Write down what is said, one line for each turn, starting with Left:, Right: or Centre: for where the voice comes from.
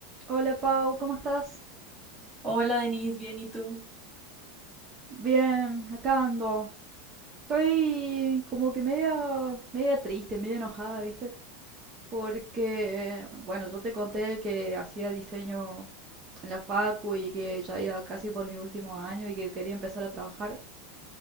Right: Hola Pau, ¿cómo estás?
Centre: Hola Denise, bien, ¿y tú?
Right: Bien, acá ando. Estoy como que media, media triste, media enojada, ¿viste? Porque, eh, bueno, yo te conté que hacía diseño en la facu y que ya iba casi por mi último año y que quería empezar a trabajar.